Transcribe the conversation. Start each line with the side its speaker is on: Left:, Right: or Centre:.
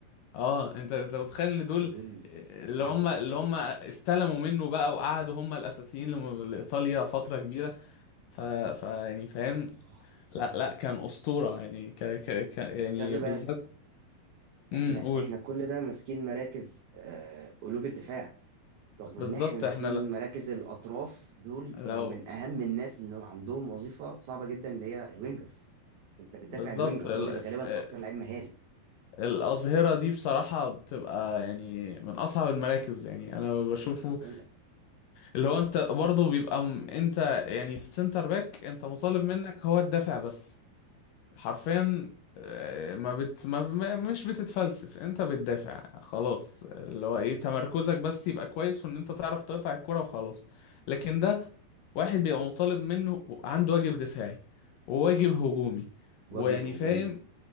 Left: اه انت انت متخيل ان
Right: النهارده
Left: دول
Right: دول
Left: آه، اللي
Right: يا
Left: هم
Right: نهار
Left: اللي
Right: ابيض
Left: هم استلموا منه بقى وقعدوا هم الاساسيين لم- لايطاليا فترة كبيرة ف... ف يعني فاهم
Right: صعب صعب
Left: لا لا كان أسطورة يعني ك ك ك يعني
Right: خلي بالك
Left: بالذات امم
Right: احنا
Left: قول
Right: احنا كل ده ماسكين مراكز آه، قلوب الدفاع رغم
Left: بالظبط
Right: ان احنا ناسيين
Left: احنا ل-
Right: مراكز الاطراف دول بيبقوا
Left: لو
Right: من اهم الناس ان عندهم وظيفه صعبه جدا اللي هي الوينجرز انت بتدافع
Left: بالظبط
Right: الوينجر
Left: ال...
Right: اللي هو بيبقى غالبا
Left: آه،
Right: اكتر لعيب مهاري
Left: الأظهرة دي بصراحة بتبقى يعني من أصعب المراكز يعني أنا بشوفه
Right: بقول لك
Left: اللي هو أنت برضه بيبقى م... أنت يعني السنتر باك أنت مطالب منك هو الدافع بس حرفيا آه، ما بت ما ما- مش بتتفلسف انت بتدافع خلاص اللي هو ايه تمركزك بس يبقى كويس في ان انت تعرف تقطع الكرة وخلاص لكن ده واحد بيبقى مطالب منه عنده واجب دفاعي وواجب هجومي
Right: واجب
Left: ويعني
Right: هجومي
Left: فاهم